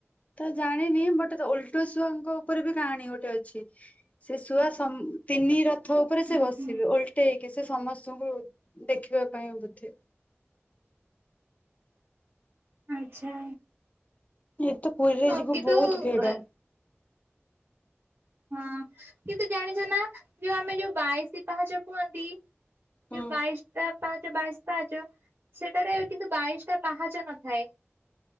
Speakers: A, on the left; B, on the right.
A: ତ ଜାଣିନି ବଟ ଓଲଟୋ ଶୁଆଙ୍କ ଉପରେ ବି କାହାଣୀ ଗୋଟେ ଅଛି ସେ ଶୁଆ ସମ ତିନି ରଥ ଉପରେ
B: ହୁଁ
A: ସେ ବସିବେ
B: ହୁଁ।
A: ଓଲଟେଇକି ସେ ସମସ୍ତଙ୍କୁ ଦେଖିବା ପାଇଁ ବୋଧେ
B: ଆଚ୍ଛା।
A: ଏତ ପୁରୀରେ
B: ହଁ
A: ଯିବୁ
B: କିନ୍ତୁ
A: ବହୁତ ଭିଡ।
B: ହଁ କିନ୍ତୁ ଜାଣିଛ ନା ଯୋଉ ଆମେ ଯୋଉ ବାଇଶୀ ପାହାଚ କୁହନ୍ତି।
A: ହୁଁ
B: ଯଉ ବାଇଶଟା ପାହାଚ ବାଇଶ ପାହାଚ ସେଠାରେ କିନ୍ତୁ ବାଇଶଟା ପାହାଚ ନଥାଏ